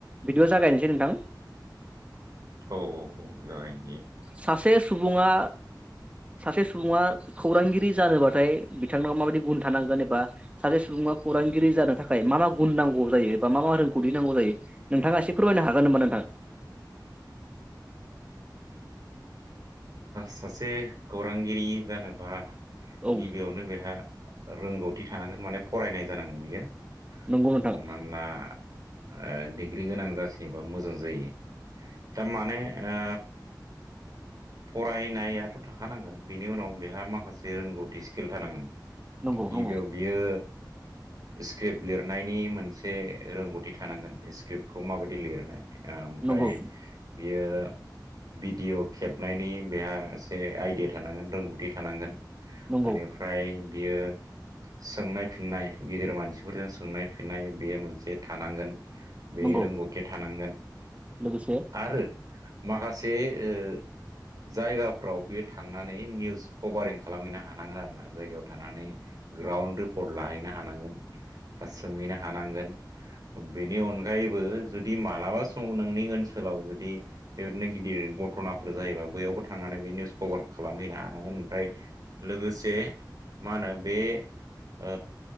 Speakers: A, on the right (about 15°); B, on the right (about 55°).
A: बिदिबा जागायनोसै नोंथां
B: औ औ औ जागोन बियो
A: सासे सुबुङा सासे सुबुङा खौरांगिरि जानोबाथाय बिथांनाव माबायदि गुन थानांगोन एबा सासे सुबुङा खौरांगिरि जानो थाखाय मा मा गुन नांगौ जायो बा मा मा रोंगौथि नांगौ जायो नोंथाङा ए फोरमायनो हागोन नामबा नोंथां
B: सासे खौरांगिरि जानोबा
A: औ
B: गिबियावनो बेहा रोंगौथि थानांगोन माने फरायनाय जानांगोन बियो
A: नंगौ नोंथां
B: हमनानै ला ओ डिग्रि गोनां जासिनोबा मोजां जायो दा माने ओ
A: ज <inaudible>
B: फरायनायाथ' थाखानांगोन बिनि उनाव बेहा माखासे रोंगौथि स्किल थानांगोन
A: नंगौ
B: गिबियाव
A: नंगौ
B: बियो स्क्रिप्ट लिरनायनि मोनसे रोंगौथि थानांगोन स्क्रिप्टखौ माबायदि लिरनाय ओमफ्राय
A: नंगौ
B: बियो भिडिय' खेबनायनि बेहा एसे आइडिया थानांगोन रोंगौथि थानांगोन मान
A: नंगौ
B: फओम्रफ्राय बियो सोंनाय फिननाय गिदिर मानसिफोरजों सोंनाय फिननाय बेयो मोनसे थानांगोन बे
A: नंगौ
B: रोंगौथिया थानांगोन
A: लोगोसे
B: आरो माखासे ओ जायगाफ्राव बेयो थांनानै निउस कभारिं खालामहैनो हानांगोन आरो ना जायगायाव थानानै ग्राउन्ड रिपर्ट लाहैनो हानांगोन बा सोंहैनो हानांगोन बेनि अनगायैबो जुदि मालाबा समाव नोंनि ओनसोलाव जुदि बेबायदिनो गिदिर घथ'नाफोर जायोबा बैयावबो थांनानै बे निउस कभार खालामहैनो हानांगोन ओमफ्राय लोगोसे मा होनो बे ओ